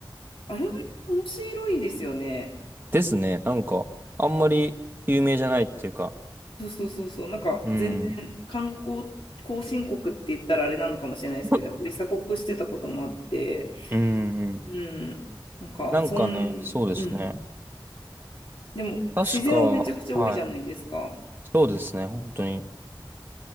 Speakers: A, on the left (about 85°); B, on the right (about 25°).
A: あれは面白いですよね。
B: ですね。なんか、あんまり有名じゃないっていうか。
A: そうそうそうそう、なんか全然観光後進国って言ったらあれなのかもしれないですけど、
B: うん。<laughs>
A: やっぱり鎖国してたこともあって、
B: うん。
A: うん、なんかそん、
B: なんかね、そうですね。
A: うん、でも自然はめちゃくちゃ多いじゃないですか。
B: 確か、はい。そうですね。本当に。